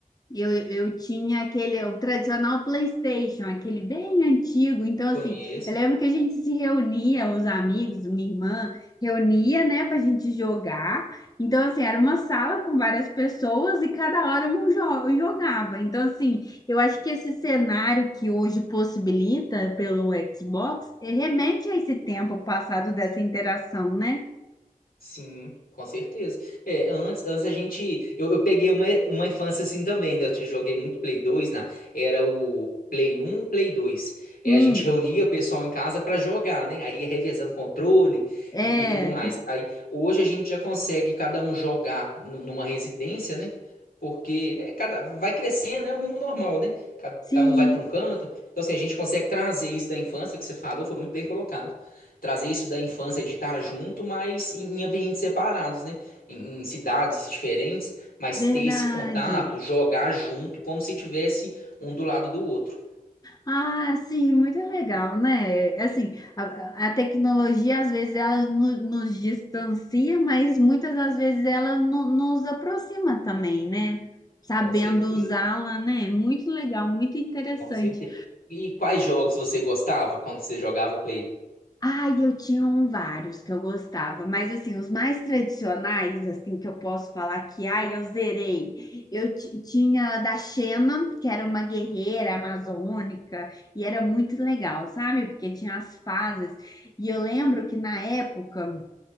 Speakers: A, on the left; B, on the left.
A: Eu, eu tinha aquele, o tradicional PlayStation, aquele bem antigo. Então,
B: Conheço.
A: assim, eu lembro que a gente se reunia, os amigos, minha irmã, reunia, né, pra gente jogar. Então, assim, era uma sala com várias pessoas e cada hora um jo- jogava. Então, assim, eu acho que esse cenário que hoje possibilita pelo Xbox eh, remete a esse tempo passado dessa interação, né?
B: Sim, com certeza. É, antes, antes a gente. Eu, eu peguei uma, uma infância assim também, né? Eu te- joguei muito Play dois né? Era o Play um Play dois É,
A: Hum,
B: a gente reunia o pessoal em casa pra jogar, né? Aí ia revezando controle
A: é,
B: e, e tudo mais. Aí, hoje a gente já consegue cada um jogar nu- numa residência, né? Porque é, cada, vai crescendo, é o rumo normal, né? Cada
A: sim,
B: um vai pra um canto. Então, assim, a gente consegue trazer isso da infância que você falou, foi muito bem colocado trazer isso da infância de estar junto, mas em, em ambientes separados, né? Em, em cidades diferentes, mas
A: verdade.
B: ter esse contato, jogar junto, como se tivesse um do lado do outro.
A: Ah, sim, muito legal, né? Assim, a, a tecnologia às vezes ela no- nos distancia, mas muitas das vezes ela no- nos aproxima também, né? Sabendo
B: Com certeza,
A: usá-la, né? Muito legal, muito interessante.
B: com certeza. E quais jogos você gostava quando você jogava o Play?
A: Ai, eu tinha um vários que eu gostava, mas assim, os mais tradicionais, assim, que eu posso falar que, ai, eu zerei. Eu ti- tinha a da Xena, que era uma guerreira amazônica, e era muito legal, sabe? Porque tinha as fases. E eu lembro que na época